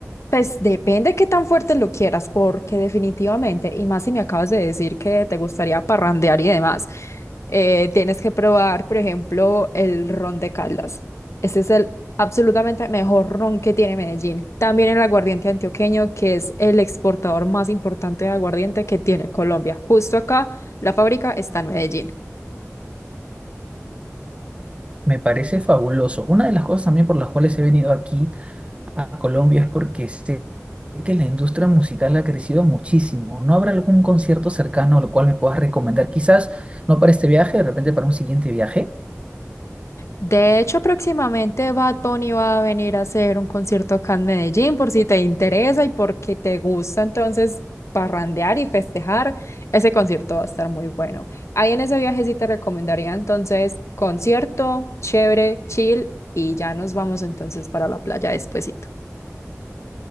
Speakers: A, on the left (about 65°); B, on the right (about 20°).
A: pues depende qué tan fuerte lo quieras, porque definitivamente, y más si me acabas de decir que te gustaría parrandear y demás, eh, tienes que probar, por ejemplo, el ron de Caldas. Ese es el absolutamente mejor ron que tiene Medellín. También el aguardiente antioqueño, que es el exportador más importante de aguardiente que tiene Colombia. Justo acá, la fábrica está en Medellín.
B: Me parece fabuloso. Una de las cosas también por las cuales he venido aquí a Colombia es porque sé Es que la industria musical ha crecido muchísimo. ¿No habrá algún concierto cercano al cual me puedas recomendar? Quizás no para este viaje, de repente para un siguiente viaje.
A: De hecho, próximamente Bad Bunny va a venir a hacer un concierto acá en Medellín, por si te interesa y porque te gusta entonces parrandear y festejar. Ese concierto va a estar muy bueno. Ahí en ese viaje sí te recomendaría entonces concierto, chévere, chill y ya nos vamos entonces para la playa despuesito.